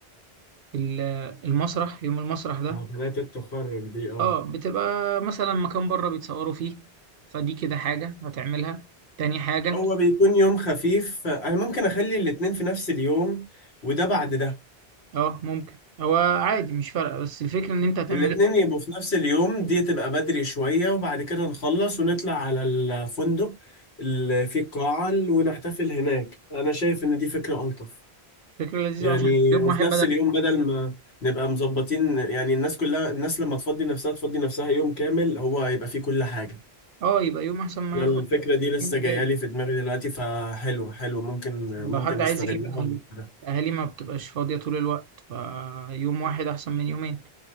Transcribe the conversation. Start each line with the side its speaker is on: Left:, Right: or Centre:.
Right: في ال- المسرح يوم المسرح ده
Left: اه حفلات التخرج دي اه
Right: اه بتبقى مثلا مكان بره بيتصوروا فيه فدي كده حاجة هتعملها تاني حاجة
Left: هو بيكون يوم خفيف انا ممكن اخلي الاتنين في نفس اليوم وده بعد ده
Right: اه ممكن هو عادي مش فارقة بس الفكرة ان انت هتعمل
Left: الاتنين
Right: ايه؟
Left: يبقوا في نفس اليوم دي تبقى بدري شوية وبعد كده نخلص ونطلع على الفندق اللي فيه القاعة ونحتفل هناك أنا شايف إن دي فكرة ألطف
Right: فكرة لذيذة
Left: يعني
Right: عشان يوم
Left: وفي
Right: واحد
Left: نفس
Right: بدل
Left: اليوم بدل ما نبقى مظبطين يعني الناس كلها الناس لما تفضي نفسها تفضي نفسها يوم كامل هو يبقى فيه كل حاجة
Right: اه يبقى يوم احسن ما
Left: يعني
Right: ياخد
Left: الفكرة دي لسه
Right: يوم
Left: جاية
Right: اجازة
Left: لي في دماغي دلوقتي فحلو حلو ممكن
Right: عشان
Left: ممكن
Right: لو حد عايز
Left: استغلها
Right: يجيب اهله
Left: وأعملها.
Right: اهالي ما بتبقاش فاضية طول الوقت فيوم واحد احسن من يومين